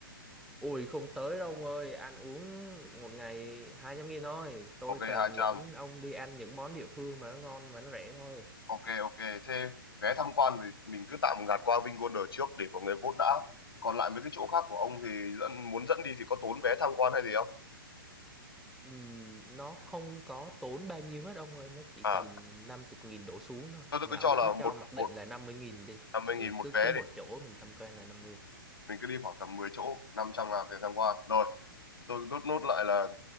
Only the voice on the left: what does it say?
ok
hai trăm
ok ok thế vé tham quan thì mình cứ tạm gạt qua Vingolder trước để mọi người vote đã còn lại mấy cái chỗ khác của ông thì dẫn, muốn dẫn đi thì có tốn vé tham quan hay gì không
à
tôi tôi
cứ
cho là
một
một
năm mươi
nghìn một
vé
đi
mình cứ đi khoảng tầm 10 chỗ năm trăm ngàn tiền tham quan rồi tôi rút nốt lại là